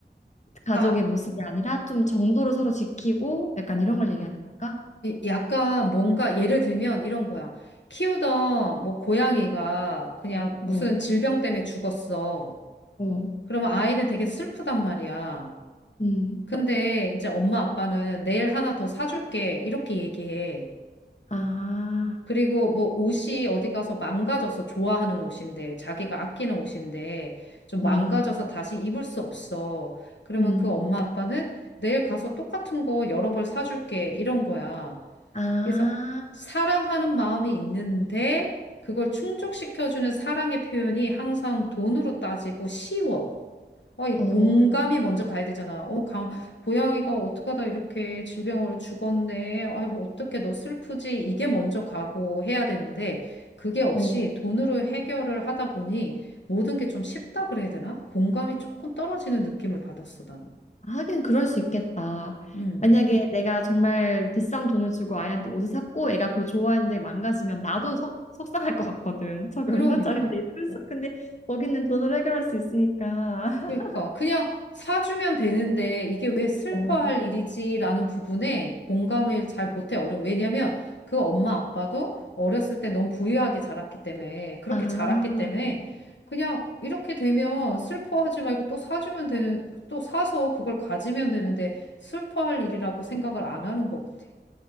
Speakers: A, on the left (about 40°); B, on the left (about 80°).
A: 가족의
B: 차,
A: 모습이 아니라 좀 정도를 서로 지키고 약간
B: 어.
A: 이런 걸 얘기하는 건가?
B: 약간 뭔가 예를 들면 이런 거야. 키우던 뭐 고양이가 그냥 무슨
A: 어,
B: 질병 때문에 죽었어.
A: 어,
B: 그러면 아이는 되게 슬프단 말이야.
A: 음,
B: 근데 이제 엄마 아빠는 내일 하나 더 사줄게. 이렇게 얘기해.
A: 아,
B: 그리고 뭐 옷이 어디 가서 망가져서 좋아하는 옷인데, 자기가 아끼는 옷인데, 좀 망가져서
A: 음,
B: 다시 입을 수 없어. 그러면
A: 음,
B: 그 엄마 아빠는 내일 가서 똑같은 거 여러 벌 사줄게. 이런 거야.
A: 아,
B: 그래서 사랑하는 마음이 있는데, 그걸 충족시켜주는 사랑의 표현이 항상 돈으로 따지고 쉬워. 어, 이
A: 어,
B: 공감이 먼저 가야 되잖아. 어, 강, 고양이가 어떡하다 이렇게 질병으로 죽었네. 아이고, 어떻게 너 슬프지? 이게 먼저 가고 해야 되는데, 그게 없이
A: 어,
B: 돈으로 해결을 하다 보니 모든 게 좀 쉽다 그래야 되나? 공감이 조금 떨어지는 느낌을 받았어, 나는.
A: 하긴 그럴 수 있겠다.
B: 음,
A: 만약에 내가 정말 비싼 돈을 주고 아이한테 옷을 샀고 애가 그걸 좋아하는데 망가지면 나도 속, 속상할 것 같거든. 저게
B: 그러니까.
A: 얼마짜린데 이러면서.
B: 어,
A: 근데 거기는 돈으로 해결할 수 있으니까.
B: 그러니까
A: <laughs>
B: 그냥 사주면 되는데 이게 왜 슬퍼할
A: 어.
B: 일이지라는 부분에 공감을 잘 못해 어른 왜냐면 그 엄마 아빠도 어렸을 때 너무 부유하게 자랐기 때문에 그렇게
A: 아,
B: 자랐기 때문에 그냥 이렇게 되면 슬퍼하지 말고 또 사주면 되는 또 사서 그걸 가지면 되는데 슬퍼할 일이라고 생각을 안 하는 것 같아.